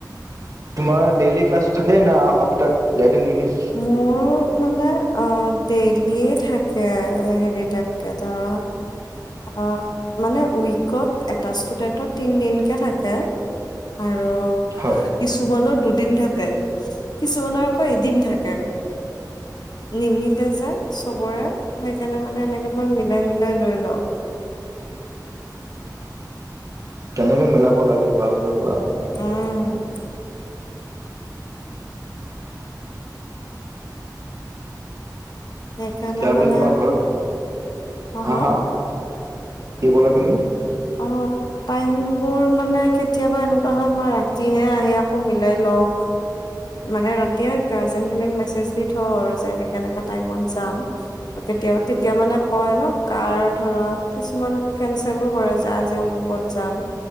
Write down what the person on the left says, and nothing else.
মোৰ মানে অ' ডেইলিয়ে থাকে, হেৰি তাতকে ধৰা। অ' মানে উইকত এটা ষ্টুডেন্টৰ তিন দিনকে থাকে। আৰু
কিছুমানৰ দুদিন থাকে, কিছুমানৰ আকৌ এদিন থাকে। নিমিলে যে চবৰে। সেইকাৰণে মানে এনেকে মই মিলাই মিলাই লৈ লওঁ।
উম। সেইকাৰণে
মানে
অহ
অ'। টাইমবোৰ মানে কেতিয়াবা এনেকুৱা হয়, মই ৰাতিহে আহি আকৌ মিলাই লওঁ। মানে ৰাতিয়ে গাৰ্জেনখিনিক মেছেজ দি থওঁ আৰু যে এনেকা এনেকা টাইমত যাম। কেতিয়া তেতিয়া মানে কয় ন, কাৰ ধৰা! কিছুমান কেনচেলো কৰে যে আজি অমুকত যাম,